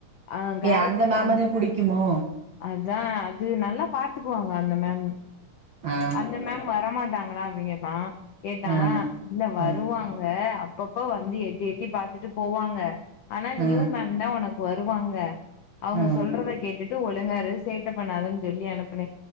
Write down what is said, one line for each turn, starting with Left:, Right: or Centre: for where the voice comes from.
Left: அ
Right: ஏ
Left: காயத்ரி
Right: அந்த மேமதா
Left: மேம்
Right: புடிக்குமோ
Left: அதா அது நல்லா பாத்துக்குவாங்க அந்த மேம்மு
Right: ஆ
Left: அந்த மேம் வரமாட்டாங்களா அப்டிங் கேப்பா கேட்டான்
Right: ஆ
Left: இல்ல வருவாங்
Right: ஆ
Left: க அப்பப்போ வந்து எட்டி எட்டி பாத்துட்டு போவாங்க ஆனா
Right: ஆ
Left: நியூ மேம் தா உனக் வருவாங்க அவங்க
Right: ஆ
Left: சொல்றத கேட் டுட்டு ஒழுங்க இரு சேட்ட பண்ணாதன்னு சொல்லி அனுப்புனே